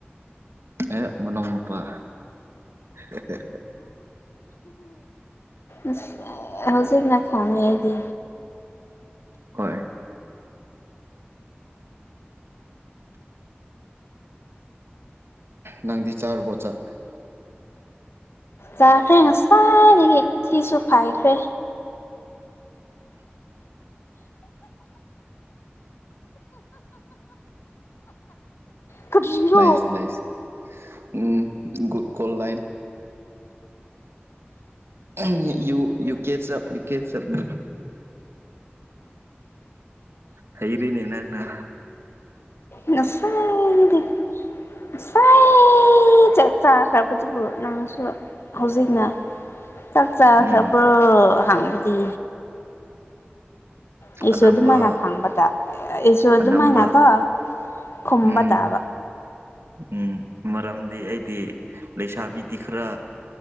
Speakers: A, on the right (about 80°); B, on the left (about 80°).
A: ꯑꯦ ꯃꯅꯣꯎꯅꯨꯄꯥ ꯍꯦꯍꯦꯍꯦ
B: ꯑꯁ ꯍꯧꯖꯤꯛꯅ ꯈꯪꯉꯦ ꯑꯩꯗꯤ
A: ꯍꯣꯏ ꯅꯪꯗꯤ ꯆꯥꯔꯕꯣ ꯆꯥꯛ
B: ꯆꯈ꯭ꯔꯦ ꯉꯁꯥꯏꯗꯒꯤ ꯊꯤꯁꯨ ꯐꯥꯏꯈ꯭ꯔꯦ꯫ ꯀꯔꯤꯔꯥ꯫
A: ꯅꯥꯏꯁ ꯅꯥꯏꯁ ꯎꯝ ꯒꯨꯠ ꯀꯣꯜ ꯂꯥꯏꯟ꯫ ꯑꯍꯝ ꯌꯨ ꯌꯨ ꯀꯦꯆꯑꯞ ꯌꯨ ꯀꯦꯆꯑꯞꯅꯦ ꯍꯩꯔꯤꯅꯦ ꯅꯪꯅ
B: ꯉꯁꯥꯏ ꯗꯤ <unintelligible> ꯉꯁꯥꯏ꯫ ꯆꯥꯛ ꯆꯥꯈ꯭ꯔꯕꯗꯨꯕꯨ ꯅꯪꯁꯨ ꯍꯧꯖꯤꯛꯅ꯫ ꯆꯥꯛ ꯆꯥꯈ꯭ꯔꯕꯔꯣ
A: ꯎꯝ
B: ꯍꯥꯡꯕꯗꯤ꯫ ꯑꯩꯁꯨ
A: ꯑꯅꯝꯕ
B: ꯑꯗꯨꯃꯥꯏꯅ ꯈꯥꯡꯕ ꯇꯥ ꯑꯩꯁꯨ ꯑꯗꯨꯃꯥꯏꯅꯀꯣ
A: ꯑꯅꯝꯕ
B: ꯈꯨꯝꯕ
A: ꯎꯝ
B: ꯇꯥꯕ꯫
A: ꯎꯝ ꯃꯔꯝꯗꯤ ꯑꯩꯗꯤ ꯂꯩꯁꯥꯕꯤꯗꯤ ꯈꯔ